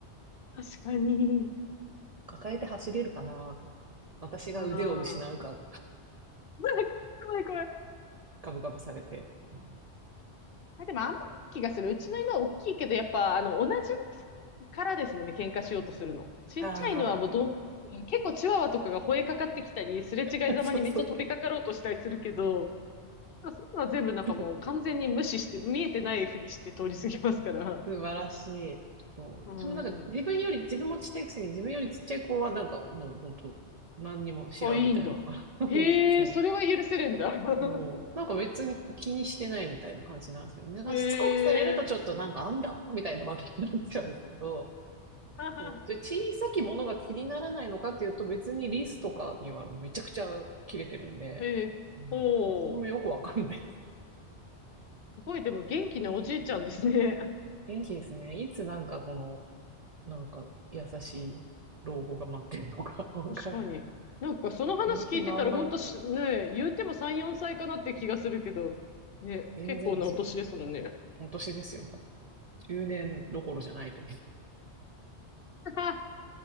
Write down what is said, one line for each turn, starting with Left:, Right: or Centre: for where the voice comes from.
Left: 確かに。
Right: 抱えて走れるかなと、私が腕を失うか、
Left: うん。怖い怖い怖い。
Right: ガブガブされて。う
Left: あ、でもあんまり気がする。うちの犬は大きいけど、やっぱ、あの、同じからですもんね、喧嘩しようとするの。ちっちゃい犬はもうどん、
Right: あ
Left: うん結構チワワとかが吠えかかってきたり、すれ違いざまにめっちゃ飛びかかろうとしたりするけど、
Right: あー、<laughs> そうそ
Left: まあそういうのは全部なんかもう完全に無視して、
Right: う。
Left: 見えてないふりして通り過ぎますから。
Right: 素晴らしい。そう。
Left: う
Right: 私もなんか自分より、
Left: ん。
Right: 自分もちっちゃいくせに自分よりちっちゃい子はなんかもう本当何にも知らんみたいな。
Left: あ、いいんだ。へえ、
Right: <laughs> そう。
Left: それは許せるんだ。<laughs>
Right: そう。なんか別に気にしてないみたいな感じなんですよね。なんかしつこくされるとちょっとなんかあんだみたいなまたなっちゃうんですけど。
Left: へえ、<laughs>
Right: そう。で、小さきものが気にならないのかっていうと別にリスとかにはめちゃくちゃ切れてるんで。
Left: へえ、
Right: うん。
Left: ほう。
Right: それもよくわかんない。
Left: すごい、でも元気なおじいちゃんですね。<laughs>
Right: 元気ですね。いつなんかこの、なんか優しい老後が待ってるのか <laughs> わかんない。
Left: 確かに。なんかその話聞いてたら、
Right: やる気満々、
Left: ほんとし、ねえ、言うても3、4歳かなって気がするけど、ね、
Right: 全然ですよ。
Left: 結構なお年ですもんね。
Right: 今年ですよ、もう。10年どころじゃないと思
Left: <laughs>